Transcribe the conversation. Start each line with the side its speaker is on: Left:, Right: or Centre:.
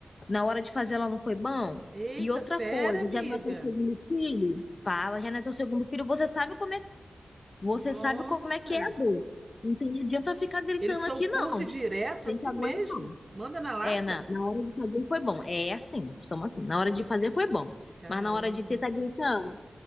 Left: Na hora de fazer ela não foi bom?
Right: Eita,
Left: E outra
Right: sério,
Left: coisa,
Right: amiga?
Left: já não é teu segundo filho? Fala, já não é teu segundo filho, você sabe como é, você
Right: Nossa!
Left: sabe como é que é a dor. Então não adianta ficar gritando
Right: Eles são
Left: aqui,
Right: curto
Left: não.
Right: e direto,
Left: Tem
Right: assim
Left: que aguentar.
Right: mesmo? Manda na lata?
Left: É, na, na hora de fazer foi bom. É assim, somos assim. Na hora de fazer foi bom.
Right: Caramba!
Left: Mas na hora de ter, tá gritando.